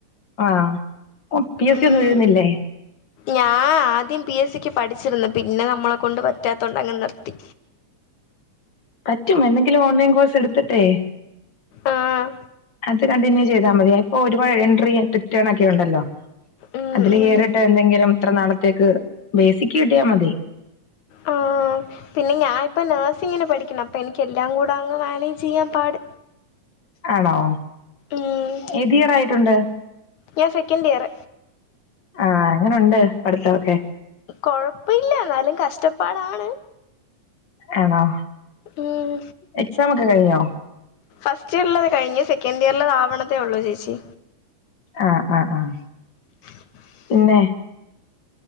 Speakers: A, on the left; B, on the left.
A: ആഹ് പി എസ്
B: ഉം
A: സി ഒന്നും എഴുതുന്നില്ലേ
B: ഞാൻ ആദ്യം പി എസ് സിക്ക് പഠിച്ചിരുന്നു പിന്നെ നമ്മളെ കൊണ്ട് പറ്റാത്ത കൊണ്ട് അങ്ങ് നിർത്തി
A: പറ്റും എന്തെങ്കിലും ഓൺലൈൻ കോഴ്സ് എടുത്തിട്ടേ
B: ആഹ്
A: അത് കണ്ടിന്യൂ ചെയ്താൽ മതി ഇപ്പൊ ഒരുപാട് എൻട്രി റ്റേൺ ഒക്കെ ഉണ്ടല്ലോ
B: ഉം
A: അതില്
B: ഉം
A: കയറിട്ട് എന്തെങ്കിലും ഇത്ര നാളത്തേക്ക് ബേസിക്ക് കിട്ടിയാൽ മതി
B: ആഹ് പിന്നെ ഞാനിപ്പൊ നഴ്സിങ്ങിന് പഠിക്കണെ അപ്പം എനിക്ക് എല്ലാം കൂടെ അങ്ങ് മാനേജ് ചെയ്യാൻ പാട്
A: ആണോ
B: ഉം
A: ഏത് ഇയറായിട്ടുണ്ട്
B: ഞാൻ സെക്കന്റ് ഇയർ
A: ആഹ് എങ്ങനുണ്ട് പഠിത്തമൊക്കെ
B: കൊഴപ്പില്ല എന്നാലും കഷ്ടപ്പാടാണ്
A: ആണോ
B: ഉം
A: എക്സാം ഒക്കെ കഴിഞ്ഞോ
B: ഫസ്റ്റ് ഇയറിലേത് കഴിഞ്ഞ് സെക്കൻഡ് ഇയറിലേത് ആവണതേ ഉള്ളൂ ചേച്ചി
A: ആഹ് ആഹ് ആഹ്
B: <inaudible>
A: പിന്നെ